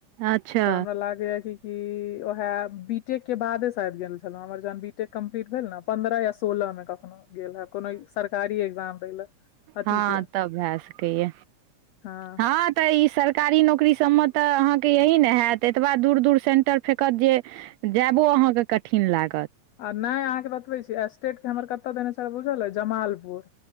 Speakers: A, on the right (about 80°); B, on the left (about 75°).
A: अच्छा
B: तऽ हमरा लागैया कि क ओहे बी टेक के बादे शायद गेल हमर जहन बीटेक कम्पलीट भेल न पंन्द्रह य सोलह मे कखनो गेल है अब कोनो सरकारी एग्जाम दै लए अथी
A: ह
B: के
A: तब भए सकैय
B: हँ
A: ह तऽ इ सरकारी नौकरी सब मे तऽ आहाँ के यही ने हऽत एतबा दूर -दूर सेंटर फेेकत जे जाएबो आहाँ के कठिन लागत
B: आ नैय आहाँ के बतबै छी स्टेट के हमर कतऽ देने छल बुझल ऐ जमालपुर